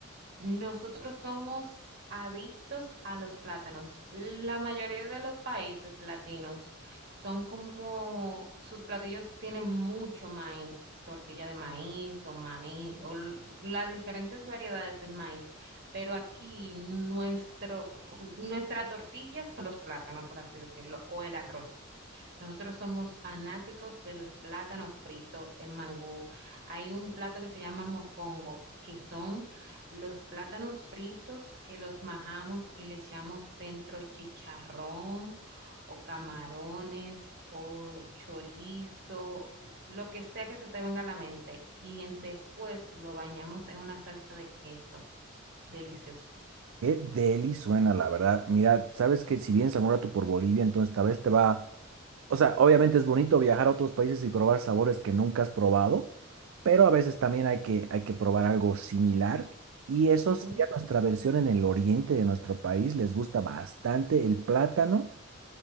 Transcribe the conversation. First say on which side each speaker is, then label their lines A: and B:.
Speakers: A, on the right; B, on the right.
A: Nosotros somos adictos a los plátanos. La mayoría de los países latinos son como sus platillos tienen mucho maíz, tortilla de maíz o maíz o l- las diferentes variedades del maíz, pero aquí nuestro cu- nuestra tortilla son los plátanos, por así decirlo, o el arroz. Nosotros somos fanáticos de los plátanos fritos en mangú. Hay un plato que se llama mofongo, que son los plátanos fritos que los majamos y le echamos dentro chicharrón o camarones o chorizo, lo que sea que se te venga a la mente. Y en- después lo bañamos en una salsa de queso. Delicioso.
B: Qué deli suena, la verdad. Mira, sabes que si vienes algún rato por Bolivia, entonces tal vez te va. O sea, obviamente es bonito viajar a otros países y probar sabores que nunca has probado, pero a veces también hay que, hay que probar algo similar. Y eso
A: Ujú,
B: sería nuestra versión en el oriente de nuestro país. Les gusta bastante el plátano,